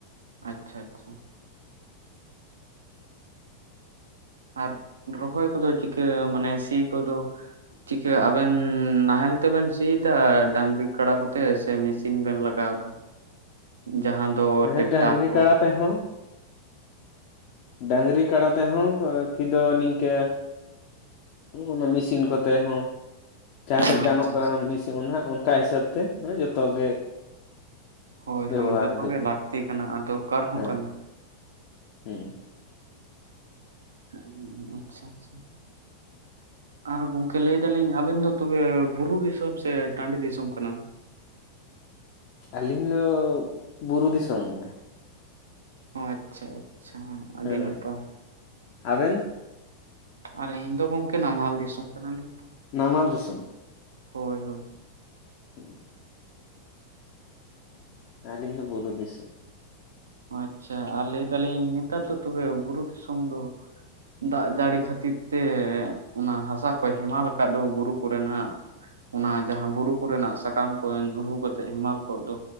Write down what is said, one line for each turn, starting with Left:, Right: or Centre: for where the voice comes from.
Right: ᱟᱪᱪᱷᱟ ᱟᱪᱪᱷᱟ᱾ ᱟᱨ ᱨᱚᱦᱚᱭ ᱠᱚᱫᱚ ᱪᱤᱠᱟᱹ ᱢᱟᱱᱮ ᱥᱤ ᱠᱚᱫᱚ ᱪᱤᱠᱟ ᱟᱵᱮᱱ ᱱᱟᱦᱮᱞ ᱛᱮᱵᱮᱱ ᱥᱤᱭᱮᱫᱟ ᱰᱟᱝᱨᱤ ᱠᱟᱲᱟ ᱠᱚᱛᱮ ᱥᱮ ᱢᱮᱥᱤᱱ ᱵᱮᱱ ᱞᱟᱜᱟᱣ ᱫᱟ, ᱡᱟᱦᱟᱸ ᱫᱚ
Left: ᱦᱮᱸ
Right: ᱴᱮᱠᱴᱟᱨ
Left: ᱰᱟᱝᱨᱤ
Right: ᱠᱚ
Left: ᱠᱟᱲᱟᱟ ᱛᱮᱦᱚᱸ᱾ ᱰᱟᱝᱨᱤ ᱠᱟᱰᱟ ᱛᱮᱦᱚᱸ ᱵᱟᱹᱠᱤ ᱫᱚ ᱱᱤᱝᱠᱟᱹ ᱚᱱᱟ ᱢᱮᱥᱤᱱ ᱠᱚᱛᱮ ᱦᱚᱸ, ᱡᱟᱦᱟᱸ ᱴᱷᱮᱡ
Right: ᱚ
Left: ᱜᱟᱱᱚᱜ
Right: ᱟᱪᱪᱷᱟ
Left: ᱠᱟᱱᱟ
Right: ᱟᱪᱪᱷᱟ
Left: ᱢᱮᱥᱤ ᱡᱮᱢᱚᱱ ᱦᱟᱸᱜ ᱚᱱᱠᱟ ᱦᱤᱥᱟᱹᱵ ᱛᱮ ᱢᱟᱱᱮ ᱡᱚᱛᱚ ᱜᱮ
Right: ᱦᱳᱭ
Left: ᱵᱮᱵᱚᱦᱟᱨ
Right: ᱦᱳᱭ ᱡᱚᱛᱚ
Left: ᱦᱩᱭᱩᱜ
Right: ᱜᱮ ᱞᱟᱹᱠᱛᱤ ᱠᱟᱱᱟ ᱟᱨ ᱫᱚᱨᱠᱟᱨ ᱦᱚᱸ
Left: ᱦᱮᱸ
Right: ᱠᱟᱱᱟ᱾
Left: ᱦᱩᱸ᱾
Right: ᱦᱩᱸᱧ ᱟᱪᱪᱷᱟ ᱟᱪᱪᱷᱟ᱾
Left: <inaudible>
Right: ᱟᱨ ᱜᱚᱝᱠᱮ ᱞᱟᱹᱭ ᱫᱟᱞᱤᱧ ᱟᱵᱮᱱ ᱫᱚ ᱛᱚᱵᱮ ᱵᱩᱨᱩ ᱫᱤᱥᱚᱢ ᱥᱮ ᱴᱟᱺᱰᱤ ᱫᱤᱥᱚᱢ ᱠᱟᱱᱟ ᱵᱮᱱ?
Left: ᱟᱹᱞᱤᱧ ᱫᱚ ᱵᱩᱨᱩ ᱫᱤᱥᱚᱢ ᱜᱮ᱾
Right: ᱚ ᱟᱪᱪᱷᱟ ᱟᱪᱪᱷᱟ ᱟᱹᱰᱤ
Left: ᱦᱮᱸ
Right: ᱱᱟᱯᱟᱭ᱾
Left: ᱟᱵᱮᱱ
Right: ᱟᱹᱞᱤᱧ ᱫᱚ ᱜᱚᱝᱠᱮ ᱱᱟᱢᱟᱞ ᱫᱤᱥᱚᱢ ᱠᱟᱱᱟᱞᱤᱧ᱾
Left: ᱱᱟᱢᱟᱞ ᱫᱤᱥᱚᱢ?
Right: ᱦᱳᱭ ᱦᱳᱭ
Left: <inaudible> ᱟᱹᱞᱤᱧ ᱫᱚ ᱵᱩᱨᱩ ᱫᱤᱥᱚᱢ᱾
Right: ᱚ ᱟᱪᱪᱷᱟ ᱟᱨ ᱞᱟᱹᱭ ᱫᱟᱞᱤᱧ ᱱᱮᱛᱟᱨ ᱫᱚ ᱛᱚᱵᱮ ᱵᱩᱨᱩ ᱫᱤᱥᱚᱢ ᱫᱚ ᱫᱟᱜ ᱡᱟᱹᱲᱤ ᱠᱷᱟᱹᱛᱤᱨ ᱛᱮ ᱚᱱᱟ ᱦᱟᱥᱟ ᱠᱚᱭ ᱦᱮᱢᱟᱞ ᱠᱟᱜ ᱫᱚ ᱵᱩᱨᱩ ᱠᱚᱨᱮᱱᱟᱜ᱾ ᱚᱱᱟ ᱡᱟᱦᱟᱸ ᱵᱩᱨᱩ ᱠᱚᱨᱮᱱᱟᱜ ᱥᱟᱠᱟᱢ ᱠᱚ ᱧᱩᱨᱩ ᱠᱟᱛᱮᱜ ᱦᱮᱢᱟᱞ ᱠᱚᱜ ᱫᱚ᱾